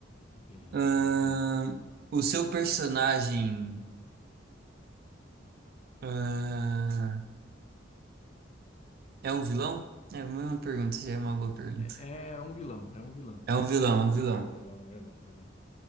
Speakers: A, on the left (about 35°); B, on the right (about 55°).
A: Bem,
B: Ahn,
A: bem, bem.
B: o seu personagem, ah, é um vilão? É uma pergunta, já é uma boa pergunta.
A: É, é um vilão, é um vilão.
B: É um vilão, é um vilão.
A: É o vilão, vilão, vilão.